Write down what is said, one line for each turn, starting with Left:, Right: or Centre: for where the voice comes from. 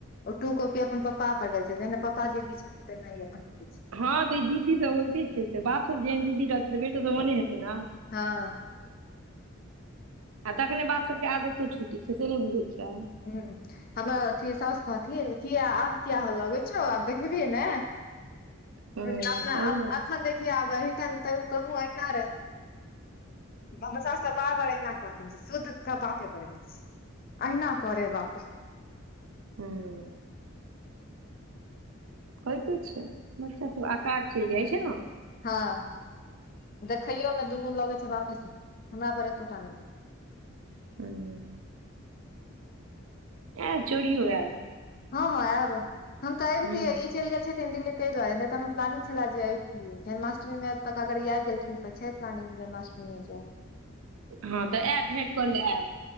Left: ओ टू कॉपी अपन प्पा पर गेल छै जेना प्पा जिद्दी छथिन तहिना ई अपन दै छै
Right: हँ तऽ ई जिद्दी सब होयइते छै तऽ बाप सब जेहन जीद्दी रहतै तऽ बेटो सब ओने हेतै ने
Left: हँ
Right: आ तखने बात सबके आदतो छुटी छै से नहि बुझै छियै
Left: हू हमर अथि साॅस कहथिन किया आब किया होलगै छौ आब देखेबि ने
Right: हूँ
Left: अपना
Right: सही बात
Left: अखन
Right: छै
Left: देखि आब एहिठ त कह अहिना रहै भदशा सब बार बार अहिना कहथिन शुद्ध के बाते पर गेल छै अहिना कोरे बाप
Right: हूँ होयइते छैय बच्चा सब आकार चलि जाइ छैर न
Left: हँ देखयो मे दुनू लगे छै बापेसन हमरा पर एकोटा नहि गेल
Right: हूँ आयब चुड़ीओ आयब
Left: हँ हँ आब हम त अइबते
Right: हूँ
Left: चलि गेलथिन दिल्ली ताहि दुआरे नहि तऽ हम प्लानिंगग छले जे आबितियै जन्माष्टमी मे तक अगर ई आबि गेलखिन तऽ छै प्लानिंग जन्माष्टमी जे
Right: हँ तऽ आयब भेंट कर ले आयब